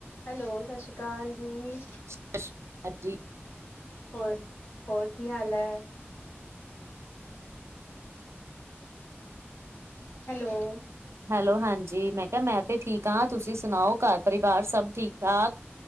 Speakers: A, on the left; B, on the right.
A: Hello, ਸਤਿ ਸ੍ਰੀ ਅਕਾਲ ਜੀ।
B: ਸਤਿ ਸ਼੍ਰੀ ਅਕਾਲ ਜੀ।
A: ਹੋਰ, ਹੋਰ ਕੀ ਹਾਲ ਹੈ? ਹੈਲੋ।
B: ਹੈਲੋ, ਹਾਂਜੀ, ਮੈਂ ਕਿਹਾ ਮੈਂ ਤੇ ਠੀਕ ਹਾਂ। ਤੁਸੀਂ ਸੁਣਾਓ ਘਰ-ਪਰਿਵਾਰ ਸਭ ਠੀਕ-ਠਾਕ?